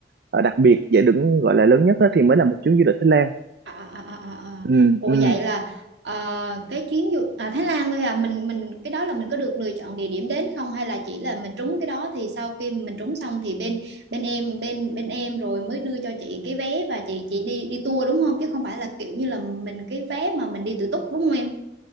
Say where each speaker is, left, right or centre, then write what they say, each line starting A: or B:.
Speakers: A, on the right; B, on the right.
A: ờ, đặc biệt giải thưởng gọi là lớn nhất đó thì mới là một chuyến du lịch Thái Lan
B: À, à, à, à, à.
A: ừ,
B: Ủa
A: ừ.
B: vậy là ờ, cái chuyến du à, Thái Lan thôi à mình mình cái đó là mình có được lựa chọn địa điểm đến không hay là chỉ là mình trúng cái đó thì sau khi mình trúng xong thì bên bên em bên bên em rồi mới đưa cho chị cái vé và chị chị đi đi tour đúng không chứ không phải là kiểu như là mình cái vé mà mình đi tự túc đúng không em?